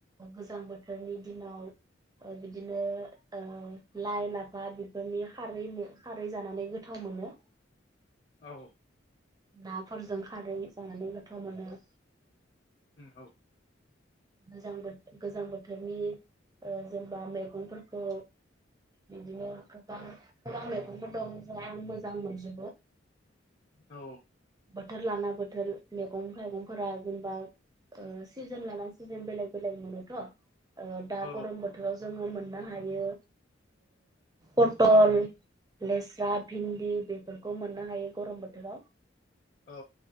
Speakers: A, on the right; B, on the left.
A: गोजां बोथोरनि दिनाव ओ बिदिनो ओ लाइ लाफा बेफोरनि खारै खारै जानानै गोथाव मोनो
B: औ
A: नाफोरजों खारै जानानै गोथाव मोनो।
B: उम औ
A: गोजां बोथोर गोजां बोथोरनि जेनेबा मैगंफोरखौ बिदिनो गोबां गोबां मैगंफोर दं जाय आं मोजां मोनजोबो।
B: औ
A: बोथोर लाना बोथोर मैगं थाइगंफोरा जेनेबा सिजोन लाना सिजोन बेलेग बेलेग मोनोथ' दा
B: औ
A: गरम बोथोराव जोङो मोननो हायो पटल लेस्रा भिन्दि बेफोरखौ मोननो हायो गरम बोथोराव
B: औ